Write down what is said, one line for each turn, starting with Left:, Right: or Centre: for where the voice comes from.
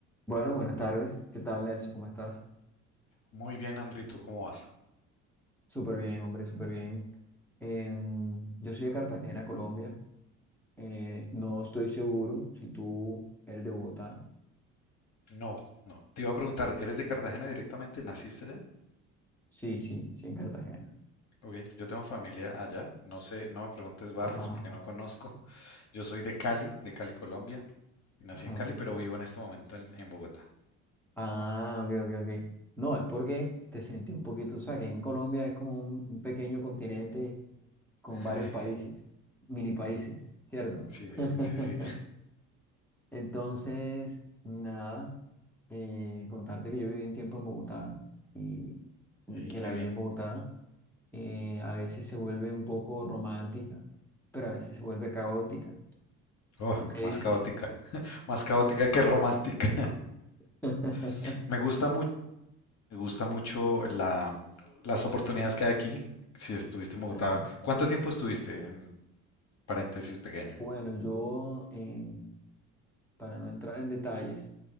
Centre: Bueno, buenas tardes. ¿Qué tal, Nelson? ¿Cómo estás?
Left: Muy bien, Andri, ¿tú cómo vas?
Centre: Súper bien, hombre, súper bien. En- yo soy de Cartagena, Colombia. Eh, no estoy seguro si tú eres de Bogotá.
Left: No, no. Te iba a preguntar, ¿eres de Cartagena directamente? ¿Naciste allá?
Centre: Sí, sí, sí, en Cartagena.
Left: Ok, yo tengo familia allá. No sé, no me preguntes barrios
Centre: Ajá,
Left: porque no conozco. <laughs> Yo soy de Cali, de Cali, Colombia. Nací
Centre: ajá.
Left: en Cali, pero vivo en este momento en, en Bogotá.
Centre: Ah, ok, ok, ok. No, es porque te sentí un poquito, o sea, que en Colombia es como un, un pequeño continente con varios
Left: <laughs>
Centre: países, mini países, ¿cierto?
Left: Sí,
Centre: <laughs>
Left: sí, sí.
Centre: Entonces, nada. eh, contarte que yo viví un tiempo en Bogotá y
Left: Ey,
Centre: que
Left: qué
Centre: la
Left: bien.
Centre: vida en Bogotá eh, a veces se vuelve un poco romántica, pero a veces se vuelve caótica.
Left: Oh,
Centre: ¿Tú qué dices?
Left: más caótica. <laughs> Más caótica que romántica.
Centre: <laughs>
Left: <laughs> Me gusta mucho, me gusta mucho la, las oportunidades que hay aquí. Si estuviste en Bogotá,
Centre: Ajá.
Left: ¿cuánto tiempo estuviste? En paréntesis pequeño.
Centre: Bueno, yo, eh, para no entrar en detalles